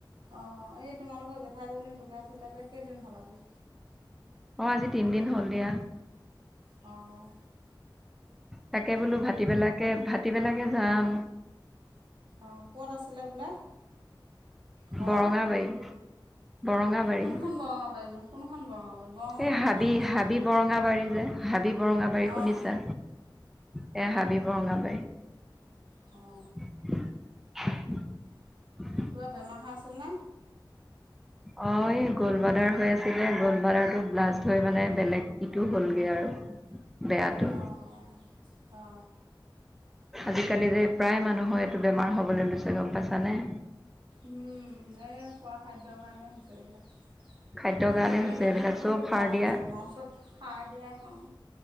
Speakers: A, on the right; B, in the centre.
A: অ' এই তোমালোকৰ জেঠাইজনী ঢুকাইছিলে যে কেইদিন হ'ল আজি।
B: অ' আজি তিনদিন হ'ল দিয়া।
A: অ'।
B: তাকে বোলো ভাতিবেলাকে ভাতিবেলাকে যাম।
A: অ' ক'ত আছিলে বোলে। ঘৰ,
B: বৰঙাবাৰী, বৰঙাবাৰী।
A: কোনখন বৰঙা বাৰিনো কোনখন বৰঙা বাৰি বৰঙাবাৰী
B: এই হাবি
A: দুখন আছে।
B: হাবি বৰঙাবাৰী যে, হাবি বৰঙা বাৰী
A: অঁ
B: শুনিছা, এয়া হাবি বৰঙাবাৰী।
A: অ'।
B: <unintelligible>
A: কিবা বেমাৰ হৈ আছিল নে।
B: অ'এই গ'ল্ডবাডাৰ হৈ আছিলে, গ'ল্ডবাডাৰটো ব্লাষ্ট হৈ মানে বেলেগ ইটো হ'লগে আৰু। বেয়াটো
A: অ', অ'।
B: আজিকালি যে প্ৰায় মানুহৰ এইটো বেমাৰ হ'বলৈ লৈছে গ'ম পাইছানে।
A: উম, এই খোৱা খাদ্যৰ কাৰণে হৈছে এইবিলাক।
B: খাদ্যৰ কাৰণে
A: আজিকালি
B: হৈছে এইবিলাক
A: আমিনো কোনটো
B: চব সাৰ
A: ভাল
B: দিয়া
A: বস্তু খাওঁ চব সাৰ দিয়াই খাওঁ।